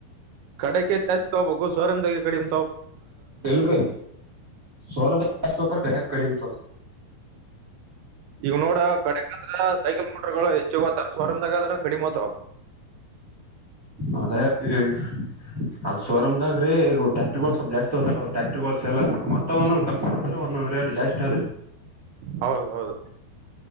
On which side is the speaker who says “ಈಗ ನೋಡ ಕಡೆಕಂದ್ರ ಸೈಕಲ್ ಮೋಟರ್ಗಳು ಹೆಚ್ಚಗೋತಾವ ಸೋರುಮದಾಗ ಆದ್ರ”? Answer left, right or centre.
Right